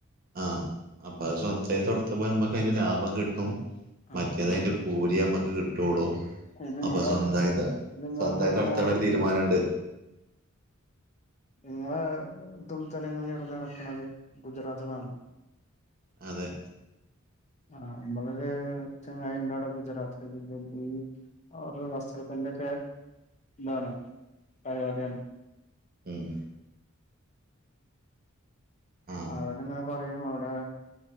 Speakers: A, on the right; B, on the left.
A: ആഹ് അപ്പ അത് സ്വന്തായി തൊട്ത്തുമ്പോ നമ്മക്ക് അയിന്റെ ലാഭം കിട്ടും.
B: ആഹ്
A: മറ്റേത്
B: ഇത്
A: അയിന്റെ കൂലി നമ്മക്ക് കിട്ടൊളൂ
B: ഇത് നിങ്ങളെ
A: അപ്പൊ സ്വന്തായി ത
B: ഇത് നിങ്ങളത്
A: സ്വന്തായി
B: എവിടുന്നാ
A: തൊട്ത്താള്ള
B: ഇറക്കണത്
A: ഒരു തീരുമാനണ്ട്.
B: ങ്ങളെ തുണിത്തരങ്ങള് എവിടെന്ന എറക്ക്ണത് ഗുജറാത്ത്ന്നാണോ?
A: അതെ
B: ആഹ് ഞമ്മളൊര് ചങ്ങായിണ്ടടെ ഗുജറാത്ത്ല് ഈ ഓരോ വസ്ത്രത്തിന്റെക്കെ താണ് പരിപാടിയാണ്.
A: ഉം ആഹ്
B: അവന്ങ്ങനെ പറയും അഒടെ